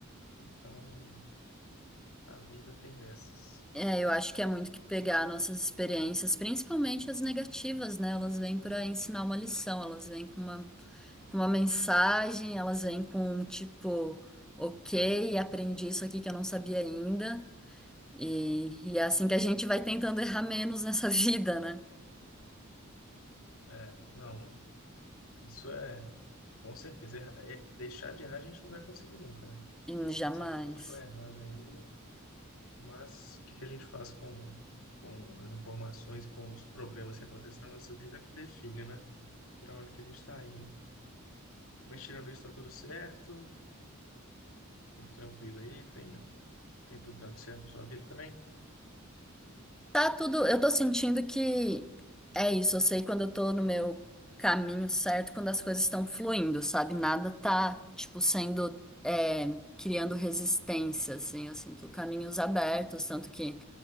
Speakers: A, on the left (about 75°); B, in the centre.
A: Então, a vida tem dessas.
B: É, eu acho que é muito que pegar nossas experiências, principalmente as negativas, né? Elas vêm para ensinar uma lição, elas vêm com uma, com uma mensagem, elas vêm com um tipo, ok, aprendi isso aqui que eu não sabia ainda. E, e é assim que a gente vai tentando errar menos nessa <laughs> vida, né?
A: É, não, isso é, com certeza, erra- é- deixar de errar a gente não vai conseguir nunca, né?
B: E jamais.
A: A gente sempre vai continuar errando aí, mas o que que a gente faz com, com as informações e com os problemas que acontecem na nossa vida é que define, né? Para onde que a gente está indo. Mas tirando isso, está tudo certo, tudo tranquilo aí, tem, tem tudo dando certo na sua vida também?
B: Tá tudo. Eu tô sentindo que é isso. Eu sei quando eu tô no meu caminho certo, quando as coisas estão fluindo, sabe? Nada tá, tipo, sendo. é, criando resistência, assim. Eu sinto caminhos abertos. Tanto que